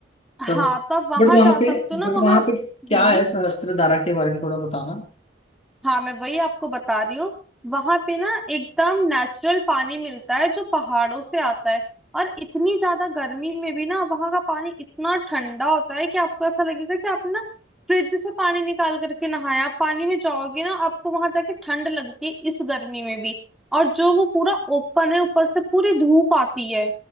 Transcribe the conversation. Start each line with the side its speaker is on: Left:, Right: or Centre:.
Centre: हाँ
Left: बट
Centre: तो आप वहां
Left: वहां
Centre: जा सकते
Left: पे बट
Centre: हो ना वहाँ
Left: वहां पे क्या
Centre: हम्म
Left: है सहस्त्रधारा के बारे में थोड़ा बताना
Centre: हाँ मैं वही आपको बता रही हूँ वहां पे ना एकदम नेचुरल पानी मिलता है जो पहाड़ों से आता है और इतनी ज्यादा गर्मी में भी ना वहां का पानी इतना ठंडा होता है कि आपको ऐसा लगेगा कि आपने ना फ्रिज से पानी निकाल करके नहाया आप पानी में जाओगे ना आपको वहां जाके ठंड लगती है इस गर्मी में भी और जो वो पूरा ओपन है ऊपर से पूरी धूप आती है